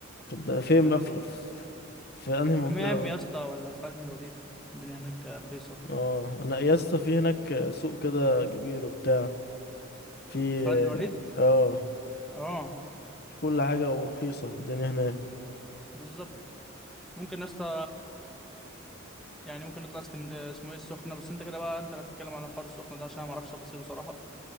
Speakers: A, on the left; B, in the centre.
A: طب ده فين
B: نبات
A: بقى في,
B: ليله
A: في
B: بس
A: في انهي
B: في
A: منطقه
B: ميامي
A: بقى
B: يا اسطى ولا في خالد بن الوليد الدنيا هناك رخيصه
A: اه انا يا اسطى في هناك سوق كده كبير وبتاع في
B: في خالد بن الوليد
A: اه
B: اه
A: في كل حاجة ورخيصة الدنيا هناك
B: بالظبط ممكن يا اسطى يعني ممكن نطلع اسكن آه، اسمه ايه السخنه بس انت كده بقى انت لا تتكلم على حوار السخنه ده عشان انا ما اعرفش تفاصيله صراحه